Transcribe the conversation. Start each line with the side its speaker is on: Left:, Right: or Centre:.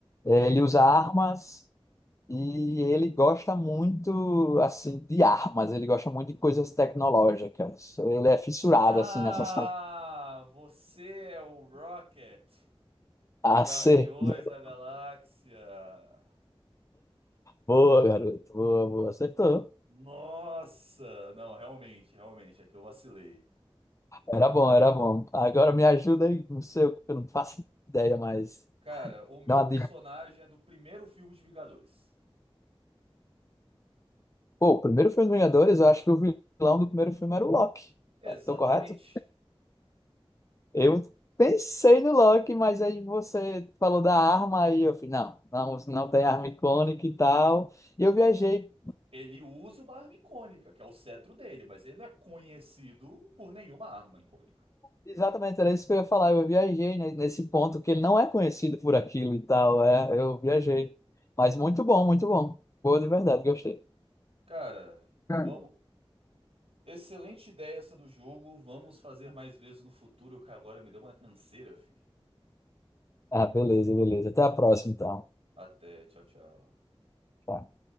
Left: eh, ele usa armas e ele gosta muito, assim, de armas, ele gosta muito de coisas tecnológicas. Ele é fissurado,
Right: Ah,
Left: assim, nessas...
Right: você é o Rocket de
Left: Acertou.
Right: Guardiões da Galáxia.
Left: Boa, garoto. Boa, boa. Acertou.
Right: Nossa, não, realmente, realmente, é que eu vacilei.
Left: Era bom, era bom. Agora me ajuda aí, não sei, eu não faço ideia, mas
Right: Cara, o meu
Left: dá uma
Right: personagem
Left: dica.
Right: é do primeiro filme de Vingadores.
Left: Pô, o primeiro filme dos Vingadores, eu acho que o vilão do primeiro filme era o Loki.
Right: Exatamente.
Left: É, Tô correto? Eu pensei no Loki, mas aí você falou da arma aí eu falei, não, não, não tem arma icônica e tal. E eu
Right: Não,
Left: viajei,
Right: Ele usa uma arma icônica, que é o cetro dele, mas ele não é conhecido por nenhuma arma icônica.
Left: exatamente, era isso que eu ia falar. Eu viajei ne- nesse ponto que ele não é conhecido por aquilo e tal. É, eu viajei. Mas muito bom, muito bom. Boa de verdade, gostei.
Right: Cara,
Left: Cara,
Right: vamos. Excelente ideia essa do jogo. Vamos fazer mais vezes no futuro, que agora me deu uma canseira, fi.
Left: Ah, beleza, beleza. Até a próxima, então.
Right: Até, tchau, tchau.
Left: Tchau.